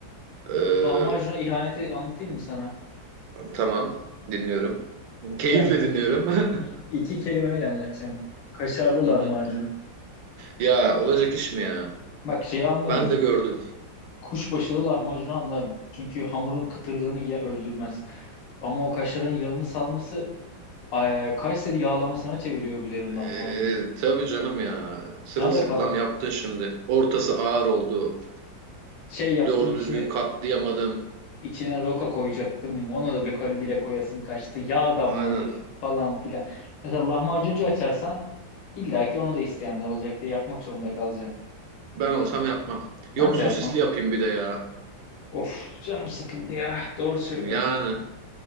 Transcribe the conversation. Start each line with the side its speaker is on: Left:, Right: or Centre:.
Right: Ee,
Left: Lahmacuna ihaneti anlatayım mı sana?
Right: tamam, dinliyorum. Keyifle
Left: Ya İ-
Right: dinliyorum. <laughs>
Left: i- iki kelimeyle anlatacağım. Kaşarlı
Right: Hı
Left: lahmacun.
Right: hı. Ya olacak iş mi ya?
Left: Bak şeyi anlarım.
Right: Ben de gördüm.
Left: Kuşbaşılı lahmacunu anlarım. Çünkü hamurun kıtırlığını ye öldürmez. Ama o kaşarın yağını salması eee, Kayseri yağlamasına çeviriyor güzelim
Right: Ee,
Left: lahmacunu.
Right: tabii canım ya. Sırılsıklam
Left: Nerede kaldı?
Right: yaptın şimdi. Ortası ağır oldu.
Left: Şey yaptım
Right: Doğru
Left: içine
Right: düzgün katlayamadım.
Left: içine roka koyacaktım. Ona da bir kol bile koyasın kaçtı. Yağ damladı
Right: Aynen.
Left: falan filan. Mesela lahmacuncu açarsan illa ki onu da isteyenler olacak diye yapmak zorunda kalacağım.
Right: Ben olsam yapmam.
Left: Ben
Right: Yok
Left: de
Right: sosisli
Left: yapmam.
Right: yapayım bir de ya.
Left: Of canım sıkıldı ya. Doğru söylüyorsun.
Right: Yani